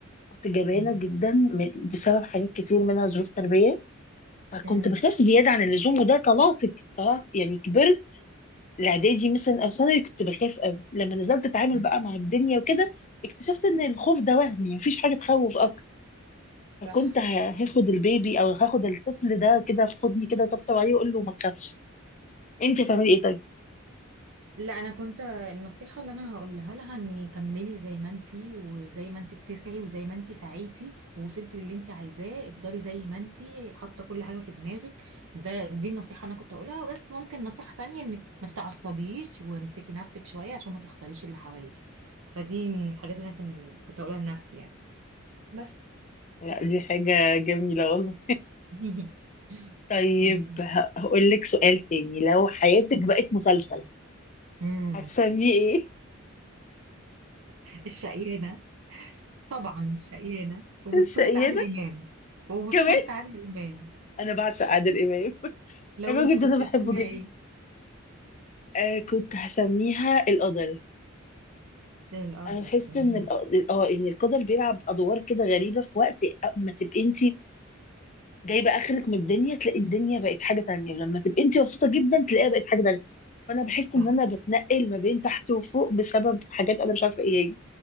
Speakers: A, on the left; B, on the right.
A: كنت جبانه
B: امم
A: جدا م- بسبب حاجات كتير منها ظروف تربيه فكنت
B: مم.
A: بخاف زياده عن اللزوم وده طلعت طلعت يعني كبرت الاعدادي مثلا او ثانوي كنت بخاف قوي لما نزلت اتعامل
B: مم.
A: بقى مع الدنيا وكده اكتشفت ان الخوف ده وهمي مفيش حاجه تخوف اصلا
B: صح
A: فكنت ه- هاخد البيبي او هاخد الطفل ده كده في حضني كده طبطب عليه واقول له ما تخافش انت هتعملي ايه طيب
B: لا انا كنت النصيحه اللي انا هقولها لها اني كملي زي ما انتي وزي ما انتي بتسعي وزي ما انتي سعيتي ووصلتي للي انتي عايزاه افضلي زي ما انتي حاطه كل حاجه في دماغك ده دي النصيحه اللي انا كنت هقولها بس ممكن نصيحه تانية انك ما تتعصبيش وامسكي نفسك شويه عشان ما تخسريش اللي حواليكي فدي من الحاجات اللي انا كان كنت هقولها لنفسي يعني بس
A: لا دي حاجه جميله والله
B: <laughs>
A: طيب
B: ودي
A: ه- هقول لك سؤال تاني لو حياتك بقت مسلسل
B: امم
A: هتسميه ايه
B: الشقيانه طبعا الشقيانه وبطوله
A: <laughs> الشقيانة
B: عادل امام وبطوله
A: كمان
B: عادل امام
A: انا بعشق عادل امام <laughs>
B: لو
A: الراجل
B: انت كنت
A: ده انا
B: هتسميها
A: بحبه جدا
B: ايه
A: آه كنت هسميها القدر
B: القدر
A: أنا بحس
B: مم.
A: ان الق- اه ان القدر بيلعب ادوار كده غريبه في وقت ما تبقي انت جايبه اخرك من الدنيا تلاقي الدنيا بقت حاجه تانية ولما تبقي انت مبسوطه جدا تلاقيها بقت حاجه تانية فانا بحس ان
B: صح
A: انا بتنقل ما بين تحت وفوق بسبب حاجات انا مش عارفه ايه هي